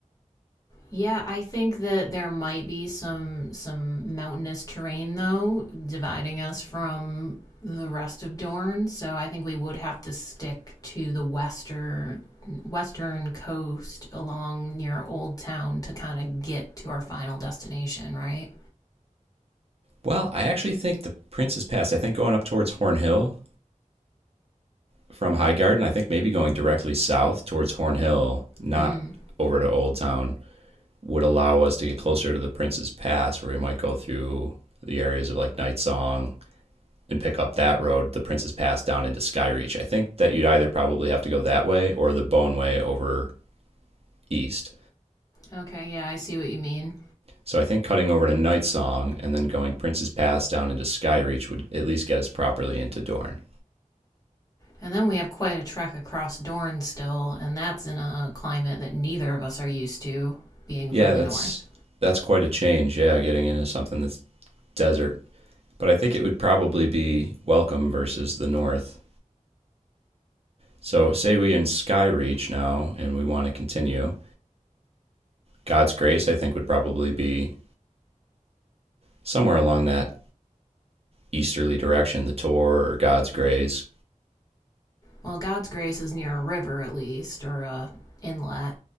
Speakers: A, on the left; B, on the right.
A: Yeah, I think that there might be some some mountainous terrain though dividing us from the rest of Dorne, so I think we would have to stick to the western western coast along near Old Town to kind of get to our final destination, right?
B: Well, I actually think the Prince's Pass. I think going up towards Horn Hill from High Garden. I think maybe going directly south towards Horn Hill, not
A: Mm.
B: over to Old Town, would allow us to get closer to the Prince's Pass, where we might go through the areas of like Night Song and pick up that road, the Prince's Pass down into Skyreach. I think that you'd either probably have to go that way or the Bone Way over east.
A: Okay, yeah, I see what you mean.
B: So I think cutting over to Night Song and then going Prince's Pass down into Skyreach would at least get us properly into Dorne.
A: And then we have quite a trek across Dorne still, and that's in a climate that neither of us are used to, being
B: Yeah,
A: from the
B: that's
A: north.
B: that's quite a change. Yeah, getting into something that's desert. But I think it would probably be Welcome versus the North. So say we are in Skyreach now and we want to continue. God's Grace I think would probably be somewhere along that easterly direction, the Tor or God's Grace.
A: Well, God's grace is near a river at least, or a inlet.